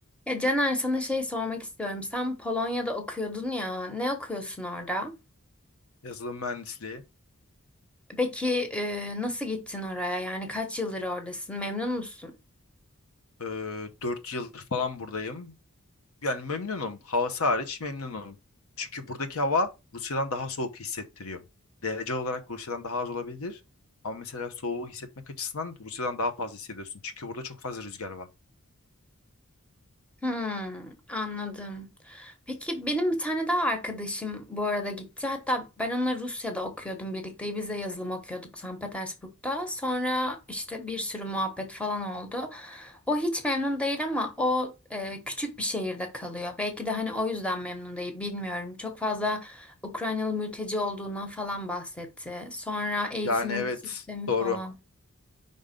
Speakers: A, in the centre; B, on the left (about 75°).
A: Ya Caner sana şey sormak istiyorum. Sen Polonya'da okuyordun ya. Ne okuyorsun orada?
B: Yazılım mühendisliği.
A: Peki e, nasıl gittin oraya? Yani kaç yıldır oradasın? Memnun musun?
B: Ee, 4 yıldır falan buradayım. Yani memnunum. Havası hariç memnunum. Çünkü buradaki hava Rusya'dan daha soğuk hissettiriyor. Derece olarak Rusya'dan daha az olabilir. Ama mesela soğuğu hissetmek açısından Rusya'dan daha fazla hissediyorsun. Çünkü burada çok fazla rüzgar var.
A: Hmm, anladım. Peki benim bir tane daha arkadaşım bu arada gitti. Hatta ben onunla Rusya'da okuyordum birlikte. Biz de yazılım okuyorduk Sankt Petersburg'da. Sonra işte bir sürü muhabbet falan oldu. O hiç memnun değil ama o e, küçük bir şehirde kalıyor. Belki de hani o yüzden memnun değil bilmiyorum. Çok fazla Ukraynalı mülteci olduğundan falan bahsetti. Sonra eğitim
B: Yani evet
A: sistemi
B: doğru.
A: falan.